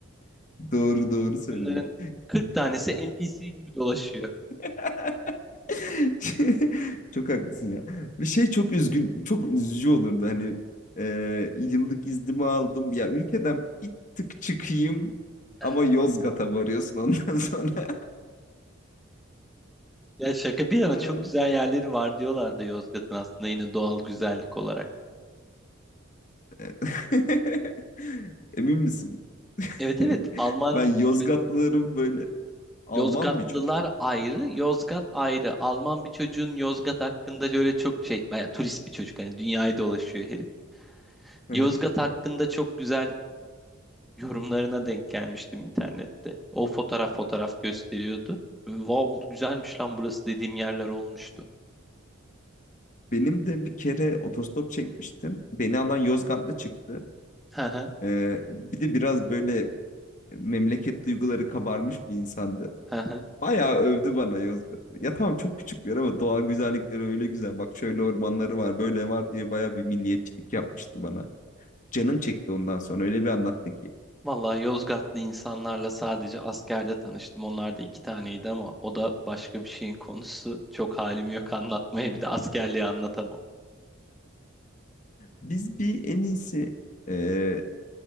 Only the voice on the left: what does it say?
Doğru doğru söyledin.
<laughs> <laughs> Çok haklısın ya. Ve şey çok üzgün, çok üzücü olurdu hani e, yıllık iznimi aldım ya ülkeden bir tık çıkayım
ama Yozgat'a varıyorsun ondan <laughs> sonra.
Ha.
<laughs> Emin misin?
<laughs>
Ben Yozgatlılarım
böyle Alman
bir çocuk.
<laughs>
Benim de bir kere otostop çekmiştim. Beni alan Yozgatlı çıktı.
E, bir de biraz böyle memleket duyguları kabarmış bir insandı.
Bayağı övdü bana Yozgat'ı. Ya tamam çok küçük bir yer ama doğa güzellikleri öyle güzel. Bak şöyle ormanları var, böyle var diye bayağı bir milliyetçilik yapmıştı bana. Canım çekti ondan sonra öyle bir anlattı ki.
Biz bir en iyisi eee,